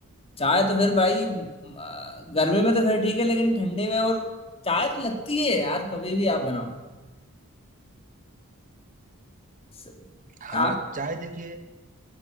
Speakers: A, on the left (about 25°); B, on the right (about 35°).
A: चाय तो फिर भाई म, आ, गर्मी में तो खैर ठीक है लेकिन ठंडी में और चाय तो लगती है यार कभी भी आप बनाओ स-
B: हाँ,
A: आप
B: चाय देखिए